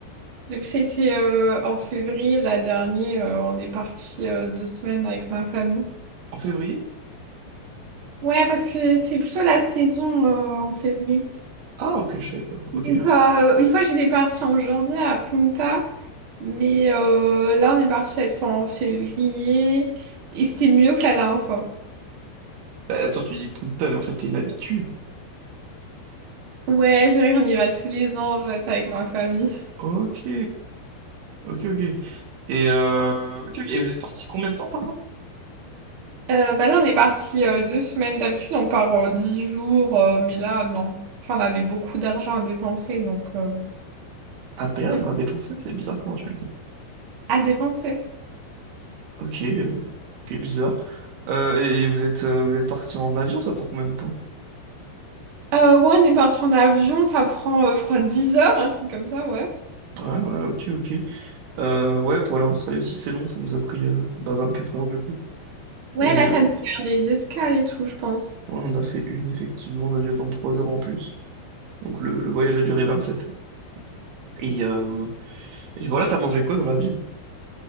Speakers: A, on the right; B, on the right.
A: Donc, c'était euh, en février, la dernière. euh, on est parti euh, deux semaines avec ma famille.
B: En février?
A: Ouais, parce que c'est plutôt la saison euh, en février.
B: Ah, ok, je savais pas. Ok.
A: Donc, euh, une fois, j'étais partie en janvier à Punta. Mais euh, là, on est parti cette fois en février. Et c'était mieux que la dernière fois.
B: Bah, attends, tu dis Punta, mais en fait, t'es une habituée.
A: Ouais, c'est vrai qu'on y va tous les ans, en fait, avec ma famille.
B: Ok. Ok, ok. Et, euh, ok, ok. Et vous êtes parti combien de temps, pardon?
A: Euh, bah là, on est parti euh, deux semaines. D'habitude, on part euh, dix jours, euh, mais là, non. Enfin, on avait beaucoup d'argent à dépenser, donc euh,
B: À perdre,
A: on est parti-
B: à dépenser? C'est bizarre comment tu le dis.
A: à dépenser.
B: Ok, euh, ok, bizarre. Euh, et vous êtes, euh, vous êtes parti en avion, ça prend combien de temps?
A: Euh, ouais, on est parti en avion, ça prend, euh, je crois, 10 heures, un truc comme ça, ouais.
B: Ouais, ouais, ok, ok. Euh, ouais, pour aller en Australie aussi, c'est long, ça nous a pris euh, bah, 24 heures du coup.
A: Ouais,
B: Et
A: là,
B: euh,
A: ça
B: ouais,
A: dû faire des escales et tout, je pense.
B: on en a fait une, effectivement, on a dû attendre 3 heures en plus. Donc le, le voyage a duré 27 heures. Et, euh, et voilà, t'as mangé quoi dans l'avion?